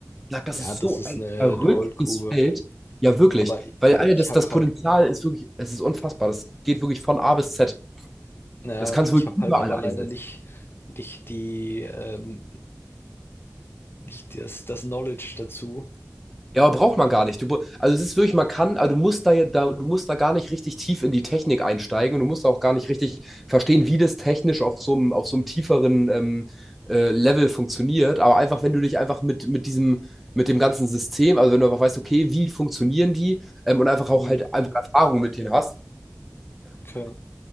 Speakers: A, in the centre; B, on the left.
A: Ich sag, das
B: ja,
A: ist
B: das
A: so
B: ist
A: ein
B: eine,
A: verrücktes
B: eine Goldgrube.
A: Feld. Ja, wirklich.
B: Aber
A: Weil Alter,
B: ich
A: das,
B: habe
A: das Potenzial
B: halt
A: ist wirklich, es ist unfassbar. Das geht wirklich von A bis Z.
B: Ja,
A: Das kannst
B: ich
A: du wirklich
B: habe
A: überall
B: halt aber
A: einsetzen.
B: leider nicht nicht die, ähm nicht das das Knowledge dazu.
A: Ja, aber braucht man gar nicht. Du, br- also es ist wirklich, man kann, also du musst da ja, da, du musst da gar nicht richtig tief in die Technik einsteigen und du musst auch gar nicht richtig verstehen, wie das technisch auf so einem, auf so einem tieferen ähm, äh, Level funktioniert. Aber einfach, wenn du dich einfach mit, mit diesem, mit dem ganzen System, also wenn du einfach weißt, okay, wie funktionieren die ähm, und einfach auch
B: Mhm,
A: halt einfach Erfahrung mit denen hast,
B: okay.